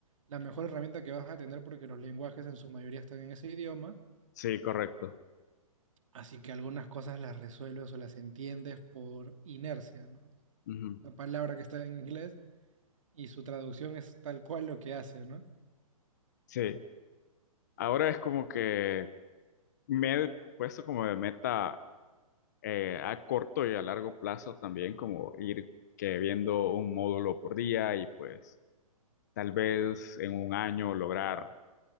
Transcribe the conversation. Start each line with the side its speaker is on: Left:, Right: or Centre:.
Right: la mejor herramienta que vas a tener porque los lenguajes en su mayoría están en ese idioma,
Left: Sí, correcto.
Right: así que algunas cosas las resuelves o las entiendes por inercia, ¿no? O sea,
Left: Ujú.
Right: una palabra que está en inglés y su traducción es tal cual lo que hace, ¿no?
Left: Sí. Ahora es como que me he puesto como de meta eh, a corto y a largo plazo también, como ir que viendo un módulo por día y pues tal vez en un año lograr